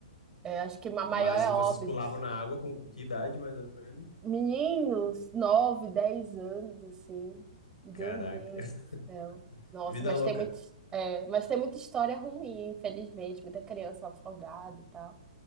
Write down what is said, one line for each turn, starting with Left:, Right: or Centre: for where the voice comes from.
Right: É, acho que a
Left: Mas
Right: maior é
Left: e vocês
Right: Óbidos.
Left: pulavam na água com que idade, mais ou menos?
Right: Meninos, 9 10 anos, assim. Meu
Left: Caraca.
Right: Deus
Left: <laughs>
Right: do céu. Nossa,
Left: Vida
Right: mas
Left: louca.
Right: tem muito, é, mas tem muita história ruim, infelizmente. Muita criança afogada e tal.